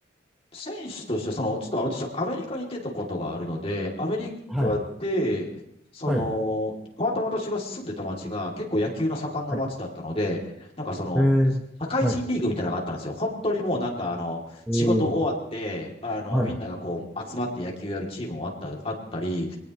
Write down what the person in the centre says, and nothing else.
はい、
はい、
はい。
ええ、
はい。
おー、
はい、